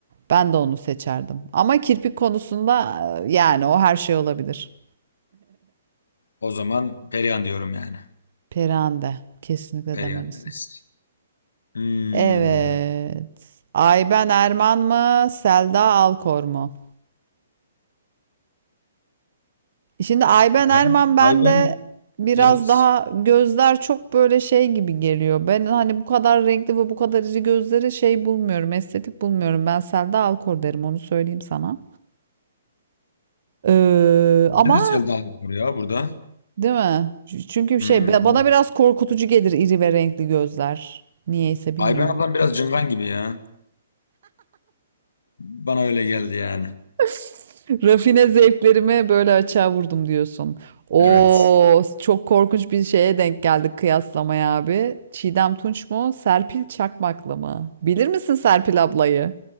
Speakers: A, on the right; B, on the left.
A: Ben de onu seçerdim. Ama kirpik konusunda e, yani o her şey olabilir.
B: O zaman Perihan diyorum yani.
A: Perihan de kesinlikle
B: Perihan
A: demelisin.
B: deriz. Hmm,
A: Evet. Ayben Erman mı? Selda Alkor mu? Şimdi Ayben
B: ben,
A: Erman bende
B: ay ben,
A: biraz
B: evet.
A: daha gözler çok böyle şey gibi geliyor. Ben hani bu kadar renkli ve bu kadar iri gözleri şey bulmuyorum, estetik bulmuyorum. Ben Selda Alkor derim onu söyleyeyim sana. Ee, ama
B: Neresi geldi var ya burada?
A: değil mi? Çünkü
B: Hmm.
A: şey bana biraz korkutucu gelir iri ve renkli gözler. Niyeyse bilmiyorum.
B: Ayben ablam biraz cıngan gibi ya. Bana öyle geldi yani.
A: <laughs> Rafine zevklerime böyle açığa vurdum diyorsun. Oo,
B: Evet.
A: çok korkunç bir şeye denk geldik kıyaslamaya abi. Çiğdem Tunç mu? Serpil Çakmaklı mı? Bilir misin Serpil ablayı?